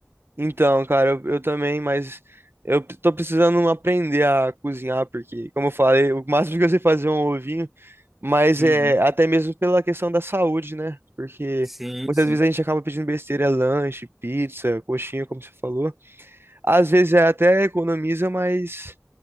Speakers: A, on the right; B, in the centre.
A: Então, cara, eu, eu também, mas eu p- tô precisando aprender a cozinhar, porque, como eu falei, o máximo que eu sei fazer é um ovinho. Mas
B: Uhum.
A: é até mesmo pela questão da saúde, né? Porque
B: Sim,
A: muitas
B: sim.
A: vezes a gente acaba pedindo besteira, lanche, pizza, coxinha, como você falou. Às vezes é até economiza, mas,